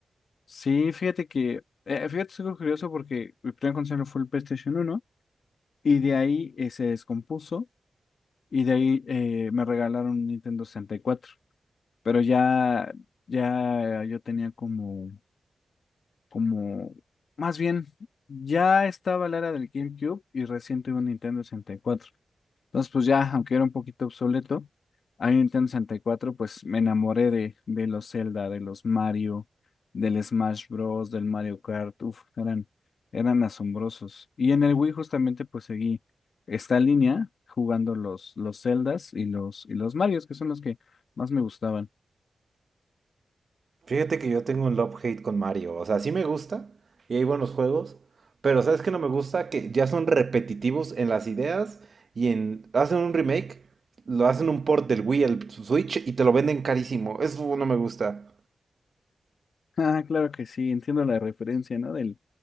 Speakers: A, on the left; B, on the right.
A: Sí, fíjate que, eh, fíjate, es algo curioso porque mi primer consola fue el PlayStation uno y de ahí eh, se descompuso y de ahí eh, me regalaron un Nintendo 64. Pero ya, ya yo tenía como, como, más bien, ya estaba la era del GameCube y recién tuve un Nintendo 64. Entonces, pues ya, aunque era un poquito obsoleto, ahí en Nintendo sesenta y cuatro pues me enamoré de, de los Zelda, de los Mario, del Smash Bros., del Mario Kart, uf, eran, eran asombrosos. Y en el Wii justamente pues seguí esta línea jugando los, los Zeldas y los, y los Marios, que son los que más me gustaban. <laughs>
B: Fíjate que yo tengo un love-hate con Mario. O sea, sí me gusta y hay buenos juegos, pero ¿sabes qué no me gusta? Que ya son repetitivos en las ideas y en... Hacen un remake, lo hacen un port del Wii al Switch y te lo venden carísimo. Eso no me gusta.
A: Ah, claro que sí, entiendo la referencia, ¿no? Del,